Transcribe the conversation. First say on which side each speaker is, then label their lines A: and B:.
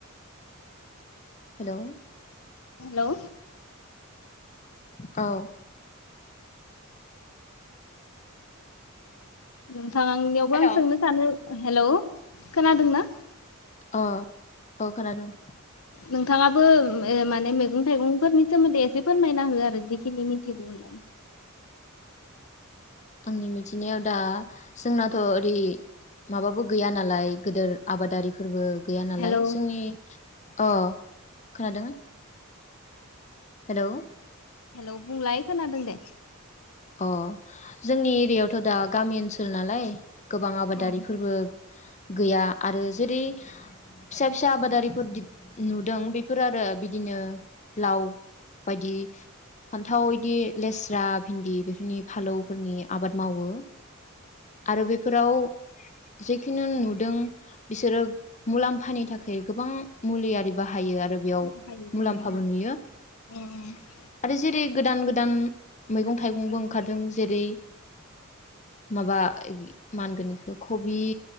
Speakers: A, on the left; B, on the left.
A: हेलौ
B: हेलौ
A: औ
B: हेलौ थांङां नियावबो
A: हेलौ
B: आं सोंनो सानो हेलौ खोनादोंना
A: अ औ खोनादोंं
B: नोंथाङाबो ओम ओ माने मेगं थाइगंफोरनि सोमोन्दै एसे फोरमायना हो आरो जिखिनि मिथिगौ होनलाय
A: आंनि मिथिनायाव दा जोंनाथ' ओरै माबाबो गैया नालाय गोदोर आबादारिफोरबो गैया नालाय
B: हेलौ
A: जोंनि अ खोनादों हेलौ
B: हेलौ बुंलाय खोनादों दे
A: अ जोंनि एरियायावथ' दा गामि ओनसोल नालाय गोबां आबादारिफोरबो
B: औ
A: गैया आरो जेरै फिसा फिसा आबादारिफोर दिब नुदों बेफोर आरो बिदिनो लाव बायदि फान्थाव इदि लेस <inaudible> भिन्दि बेफोरनि फालौफोरनि आबाद मावो। आरो बेफोराव जेखुनु नुदों बिसोरो मुलाम्फानि थाखाय गोबां मुलियारि बाहा यो आरो बेयाव
B: बाहायो
A: मुलाम्फाबो नुयो
B: औ
A: आरो जेरै गोदान गोदान मैगं थाइगंबो ओंखारदों जेरै माबा इ मानगोनयिखो कबि